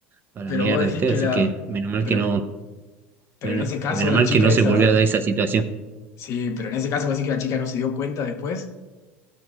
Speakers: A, on the right (about 35°); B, on the left (about 50°).
A: para
B: pero
A: la mierda,
B: vos
A: ¿viste?
B: decís que
A: Así
B: la...
A: que menos mal
B: Pero,
A: que no,
B: pero
A: menos,
B: en ese caso
A: menos
B: la
A: mal
B: chica
A: que no
B: esa...
A: se volvió a dar esa situación.
B: Sí, pero en ese caso vos decís que la chica no se dio cuenta después